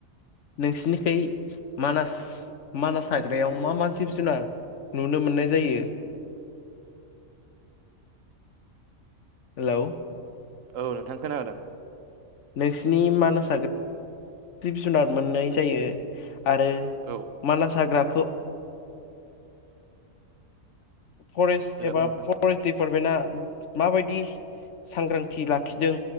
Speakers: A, on the left; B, on the right.
A: नोंसिनिखै मानास मानास हाग्रायाव मा मा जिब जुनार नुनो मोननाय जायो? हेलौ?
B: औ नोंथां खोनादों।
A: नोंसिनि मानास हाग्रा <unintelligible> जिब जुनार मोननाय जायो आरो
B: औ
A: मानास हाग्राखौ फरेस्ट
B: हेलौ
A: एबा
B: नोंथां
A: फरेस्ट दिपार्टमेन्टा माबायदि सांग्रांथि लाखिदों